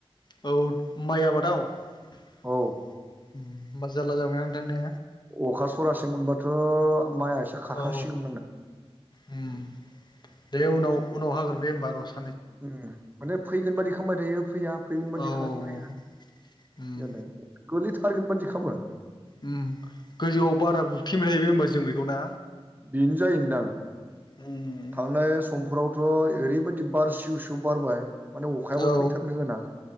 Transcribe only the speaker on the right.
औ
अखा सरासे मोनबाथ माइआ एसे खारखांसिगौमोन
आंना।
उम माने फैगोन बादि खालामामबाय थायो फैया फैगोन
बादि
फै
जादों गोलैथारगोन बादि खालामो।
बेनो जायोनोंदां
थांनाय समफोराव थ' ओरैबायदि बार सिउ सिउ बारबाय माने अखायाबो
फैथारनो गोनां